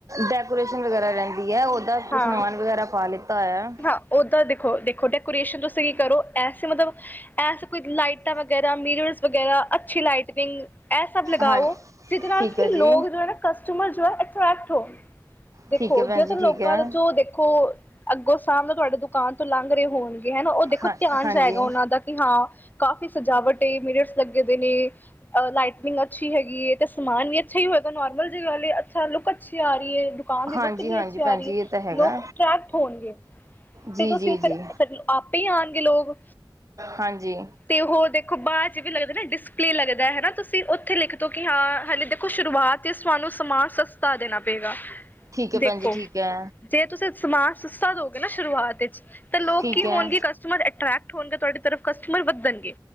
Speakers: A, on the right; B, on the left.
A: ਡੈਕੋਰੇਸ਼ਨ ਵਗੈਰਾ ਰੈਂਦੀ ਏ, ਉਦਾ
B: ਹਾਂ
A: ਸਮਾਨ ਵਗੈਰਾ ਪਾ ਲਿੱਤਾ ਹੋਐ।
B: ਹਾਂ ਉਦਾ ਦੇਖੋ-ਦੇਖੋ ਡੈਕੋਰੇਸ਼ਨ ਤੁਸੀਂ ਕੀ ਕਰੋ ਐਸੇ ਮਤਲਬ ਐਸ ਕੁਝ ਲਾਈਟਾਂ ਵਗੈਰਾ ਮੀਰਰਸ ਵਗੈਰਾ, ਅੱਛੀ ਲਾਈਟਨਿੰਗ ਐ ਸਭ ਲਗਾਓ
A: ਹਾਂਜੀ
B: ਜਿਦੇ ਨਾਲ
A: ਠੀਕ
B: ਕਿ
A: ਹੈ ਜੀ
B: ਲੋਗ ਜੋ ਏ ਨਾ ਕਸਟਮਰ ਜੋ ਏ ਅਟਰੈਕਟ ਹੋ। ਦੇਖੋ
A: ਠੀਕ ਹੈ ਭੈਣ
B: ਜੇ ਤਾਂ
A: ਜੀ ਠੀਕ
B: ਲੋਕਾਂ
A: ਹੈ
B: ਦਾ ਜੋ ਦੇਖੋ ਅਗੋਂ ਸਾਮਨੇ ਤੁਹਾਡੇ ਦੁਕਾਨ ਤੋਂ ਲੰਘ ਰਹੇ ਹੋਣਗੇ ਹੈਨਾ, ੳ ਦੇਖੋ
A: ਹਾਂ
B: ਧਿਆਨ
A: ਹਾਂਜੀ
B: ਜਾਏਗਾ ਉਨਾਂ ਦਾ ਕਿ ਹਾਂ ਕਾਫੀ ਸਜਾਵਟ ਏ ਮਿਰਰਸ ਲੱਗੇ ਦੇ ਨੇ ਅ ਲਾਈਟਨਿੰਗ ਅ ਛੀ ਹੈਗੀ ਏ, ਤੇ ਸਮਾਨ ਵੀ ਅੱਛਾ ਈ ਹੋਏਗਾ ਨੋਰਮਲ ਜੀ ਗਲ ਏ। ਅੱ ਲੁਕ ਅੱਛੀ ਆ ਰਈ ਏ, ਦੁਕਾਨ ਦੀ
A: ਹਾਂਜੀ
B: ਲੁੱਕ ਕਿੰਨੀ
A: ਹਾਂਜੀ
B: ਅੱਛੀ ਆ
A: ਭੈਣ
B: ਰਈ
A: ਜੀ
B: ਏ।
A: ਇਹ ਤਾਂ ਹੈਗਾ
B: ਲੋਕ ਅਟਰੈਕਟ ਹੋਨਗੇ
A: ਜੀ
B: ਤੇ ਤੁਸੀਂ
A: ਜੀ
B: ਫੇਰ-ਫੇਰ
A: ਜੀ
B: ਆਪੇ ਹੀ ਆਨਗੇ ਲੋਗ
A: ਹਾਂਜੀ
B: ਤੇ ੳ ਦੇਖੋ ਬਾਦ ਚ ਵੀ ਲੱਗਦੈ ਨਾ ਡਿਸਪਲੇ ਲੱਗਦਾ ਏ ਨਾ ਤੁਸੀਂ ਉੱਥੇ ਲਿਖ ਦੋ ਕਿ ਹਾਂ ਹਾਲੇ ਦੇਖੋ ਸ਼ੁਰੂਆਤ ਤੇ ਸਾਨੂੰ ਸਮਾਨ ਸਸਤਾ ਦੇਨਾ ਪਏਗਾ।
A: ਠੀਕ ਏ
B: ਦੇਖੋ
A: ਭੈਣ ਜੀ ਠੀਕ ਏ।
B: ਜੇ ਤੁਸੀਂ ਸਮਾਨ ਸਸਤਾ ਦੋਗੇ ਨਾ ਸ਼ੁਰੂਆਤ ਇਚ, ਤਾਂ ਲੋਕ
A: ਠੀਕ
B: ਕੀ ਹੋਨਗੇ
A: ਹੈ
B: ਕਸਮਰ ਅਟਰੈਕਟ ਹੋਗੇ ਤੁਹਾਡੀ ਤਰਫ ਕਸਟਮਰ ਵੱਧਨਗੇ,